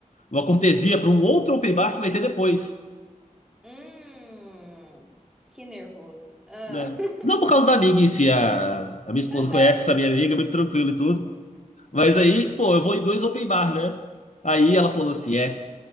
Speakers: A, on the left; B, in the centre.
A: uma cortesia pra um outro open bar que vai ter depois,
B: Hum, que nervoso. Ah,
A: né?
B: <laughs>
A: Não por causa da amiga em si, a, a minha esposa
B: Aham.
A: conhece essa minha amiga, é muito tranquilo e tudo. Mas aí, pô, eu vou em dois open bar, né? Aí ela falou assim: é,